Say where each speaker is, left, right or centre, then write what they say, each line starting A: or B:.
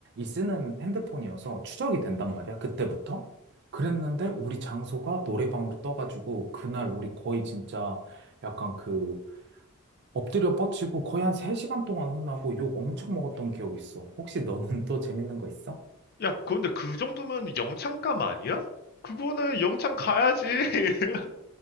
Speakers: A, on the right (about 55°); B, on the left (about 45°).
A: 쓰는 핸드폰이어서 추적이 된단 말이야. 그때부터. 그랬는데, 우리 장소가 노래방으로 떠가지고, 그날 우리 거의 진짜 약간 그, 엎드려 뻗치고 거의 한 세시간 동안 혼나고 욕 엄청 먹었던 기억이 있어. 혹시 너는 <laughs> 또 재밌는 거 있어?
B: 야, 그런데 그 정도면 영창감 아니야? 그거는 영창 가야지. <laughs>